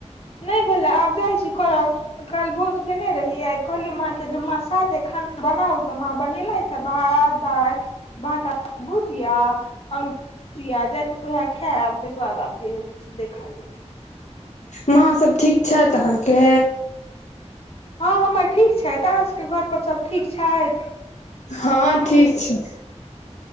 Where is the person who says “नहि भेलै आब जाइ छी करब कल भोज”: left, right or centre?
Left